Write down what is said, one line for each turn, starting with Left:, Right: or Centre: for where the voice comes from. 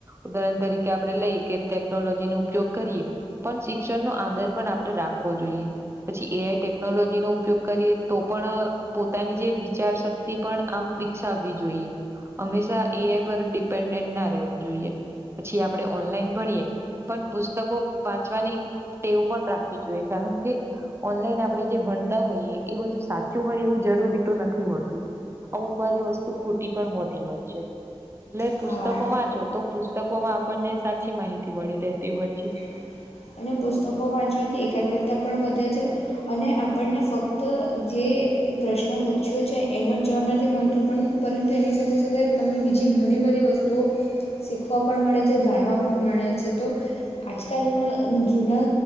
Right: ઉદાહરણ તરીકે આપડણે લઈએ કે ટેકનોલોજી ન ઉપયોગ કરીએ પણ શિક્ષણ ન આધાર પણ આપણેે રાખવો જોઈએ. પછી એઆઈ ટેકનોલોજી નો ઉપયોગ કરીએ તો પણ પોતાની જે વિચાર શક્તિ પણ આમ વિકસાવવી જોઈએ. હંમેશા એઆઈ પર ડિપેન્ડન્ટ ના રહેવું જોઈએ. પછી આપણે ઓનલાઈન ભણીએ પણ પુસ્તકો વાંચવાની ટેવું પણ રાખવી જોઈએ. કારણ કે ઓનલાઈન આપણે જે ભણતા હોઈએ એ બધું સાચું હોય એવું જરૂરી તો નથી હોતું. અમુક વાર વસ્તુ ખોટી પણ હોતી હોય છે. એટલે પુસ્તકો
Left: હા
Right: વાંચો તો પુસ્તકો માં આપણને સાચી માહિતી મળી રહેેતી હોય છે.
Left: છે. અને પુસ્તકો વાંચવાથી એકાગ્રતા પણ વધે છે. અને આપણને ફક્ત જે પ્રશ્ન પૂછ્યો છે એનો જવાબ નથી મળતું પણ પરંતુ એની સાથે સાથે તમને બીજી ઘણી બધી વસ્તુ તો શીખવા પણ મળે છે જાણવા પણ મળે છે તો આજકાલના જૂના